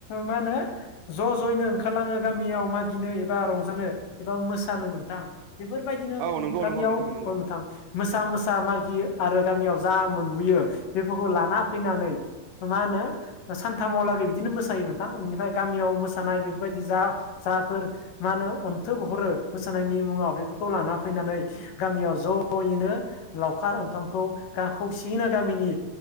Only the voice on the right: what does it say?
औ नंगौ
नंगौ नंगौ